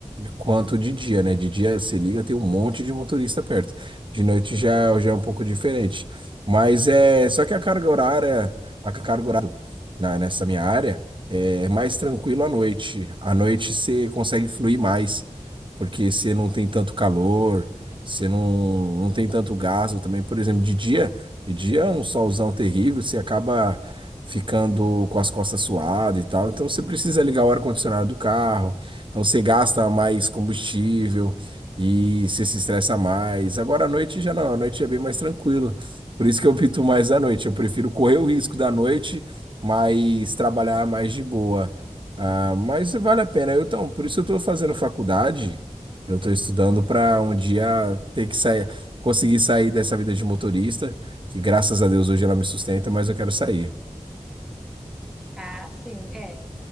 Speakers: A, on the right; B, in the centre.
A: quanto de dia, né? De dia se liga, tem um monte de motorista perto. De noite já, já é um pouco diferente. Mas é só que a carga horária, a carga horária na, nessa minha área é mais tranquilo à noite. À noite você consegue fluir mais, porque você não tem tanto calor, você não, não tem tanto gasto também. Por exemplo, de dia, de dia é um solzão terrível, você acaba ficando com as costas suadas e tal. Então você precisa ligar o ar-condicionado do carro então você gasta mais combustível e você se estressa mais. Agora à noite já não, à noite é bem mais tranquilo. Por isso que eu pinto mais à noite. Eu prefiro correr o risco da noite, mas trabalhar mais de boa. Ah, mas vale a pena. Eu, então, por isso eu estou fazendo faculdade. Eu estou estudando para um dia ter que sair, conseguir sair dessa vida de motorista, que graças a Deus hoje ela me sustenta, mas eu quero sair.
B: Ah, sim, é.